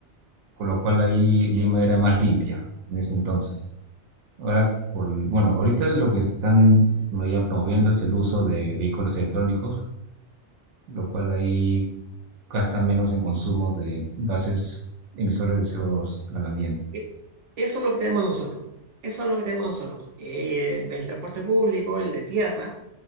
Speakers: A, on the right (about 85°); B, on the right (about 50°).
A: con lo cual ahí Lima era más limpia en ese entonces. Ahora, por, bueno, ahorita lo que están bueno, ya promoviendo es el uso de vehículos electrónicos, lo cual ahí gasta menos en consumo de gases emisores de CO2 al ambiente.
B: Eh, Eso es lo que tenemos nosotros. Eso es lo que tenemos nosotros. Eh, el transporte público, el de tierra.